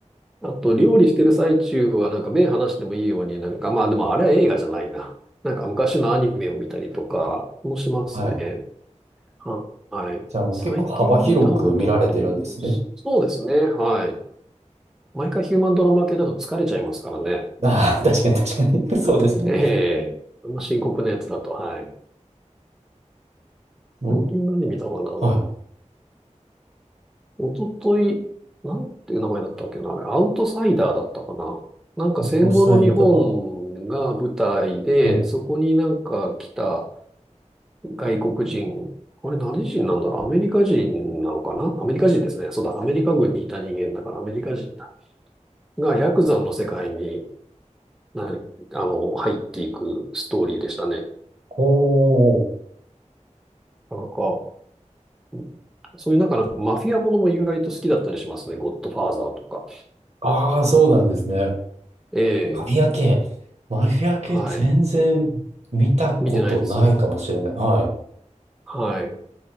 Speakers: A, in the centre; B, on the right.
A: あと、料理してる最中は、なんか目離してもいいように、なんか、まあでもあれは映画じゃないな。なんか昔のアニメを見たりとかもしますね。
B: あ。はい。
A: ははい。
B: じゃあもう結構幅広く見られてるんですね。
A: 最近見たのだと、そうですね。はい。毎回ヒューマンドラマ系だと疲れちゃいますからね。
B: ああ、確かに確かに。<laughs> そうですね。
A: ええあんま深刻なやつだと、はい。
B: 僕
A: 最近何見たかな。
B: はい。
A: おととい、なんていう名前だったっけな、あれ、アウトサイダーだったかな。なんか戦後の日本が舞台で、
B: と最多。はい。
A: そこになんか来た外国人、あれ何人なんだろう、アメリカ人なのかなアメリカ人ですね。そうだ、アメリカ軍にいた人間だからアメリカ人だ。が、ヤクザの世界に、なに、あの、入っていくストーリーでしたね。
B: おー。
A: なんか、うんそういうなんか、なんかマフィアものも意外と好きだったりしますね。ゴッドファーザーとか。
B: ああ、そうなんですね。
A: ええ、
B: マフィア系。マフィア系全然見たことないかもしれない。
A: はい。見てないです。
B: はい。
A: はい。